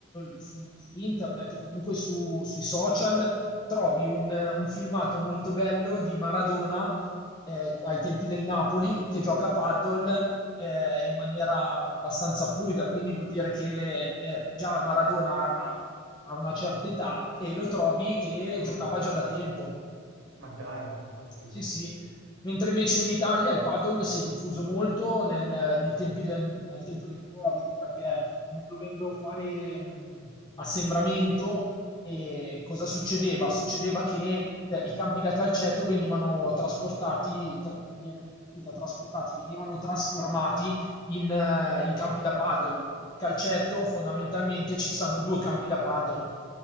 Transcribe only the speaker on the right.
Cavolo.
Ma dai, fantastico.
Ah,
sì.